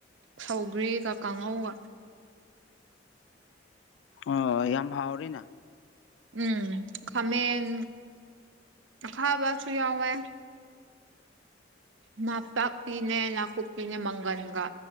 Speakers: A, on the right (about 80°); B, on the left (about 75°).
A: ꯁꯧꯒ꯭ꯔꯤꯒ ꯀꯥꯡꯉꯧꯒ
B: ꯑꯣ ꯌꯥꯝ ꯍꯥꯎꯔꯦꯅ
A: ꯎꯝ ꯈꯥꯃꯦꯟ ꯑꯈꯥꯕꯁꯨ ꯌꯥꯎꯋꯦ ꯅꯥꯄꯥꯛꯄꯤꯅꯦ ꯅꯥꯀꯨꯞꯄꯤꯅꯦ ꯃꯪꯒꯟꯒ